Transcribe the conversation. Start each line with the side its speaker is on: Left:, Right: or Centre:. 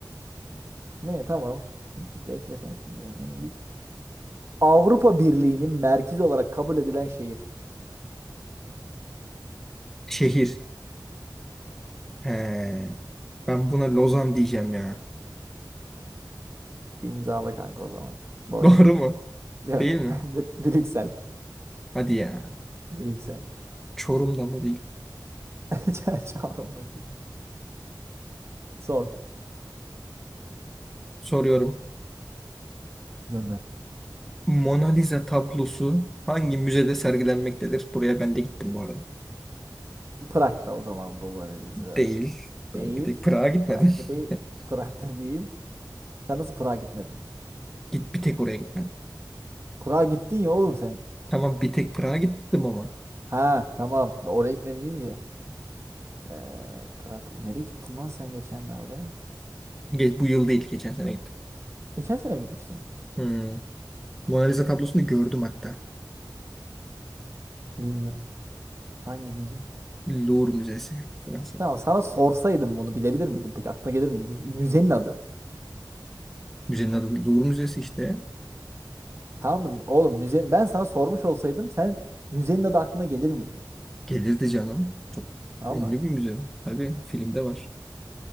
Right: Ne tamam. Bekle sen şimdi. bak bunu bir- Avrupa Birliği'nin merkezi olarak kabul edilen şehir.
Centre: Şehir. He. Ben buna Lozan diyeceğim ya.
Right: İmzalı kanka o zaman.
Centre: <laughs>
Right: Boş.
Centre: Doğru mu?
Right: Yok.
Centre: Değil mi?
Right: <laughs> Br- Brüksel.
Centre: Hadi ya.
Right: Brüksel.
Centre: Çorum'da mı değil?
Right: <laughs> Çağrılmadı. Sor.
Centre: Soruyorum.
Right: Gönder.
Centre: Mona Lisa tablosu hangi müzede sergilenmektedir? Buraya ben de gittim bu arada.
Right: Prag'da o zaman bu var Eliza.
Centre: Değil.
Right: Değil.
Centre: Ben bir tek Prag'a gitmedim.
Right: Prag'da değil.
Centre: <laughs>
Right: Prag'da değil. Sen nasıl Prag'a gitmedin?
Centre: Git bir tek oraya gitmedim.
Right: Prag'a gittin ya oğlum sen.
Centre: Tamam bir tek Prag'a gittim ama.
Right: Ha tamam. Oraya gitmedin deyince. Ee, Prag. Nereye gittin lan sen geçenlerde?
Centre: Ge- bu yıl değil geçen sene gittim.
Right: Geçen sene gitmiştin.
Centre: Hmm. Mona Lisa tablosunu gördüm hatta.
Right: Bilmiyorum. Hangi müze?
Centre: Louvre Müzesi Fransa.
Right: Tamam sana sorsaydım bunu bilebilir miydin? Peki aklına gelir miydi? Müzenin adı.
Centre: Müzenin adı Louvre Müzesi işte.
Right: Tamam mı? Oğlum müze ben sana sormuş olsaydım sen müzenin adı aklına gelir miydi?
Centre: Gelirdi canım. Çok
Right: Tamam
Centre: ünlü
Right: mı?
Centre: bir müze. Tabii filmde var.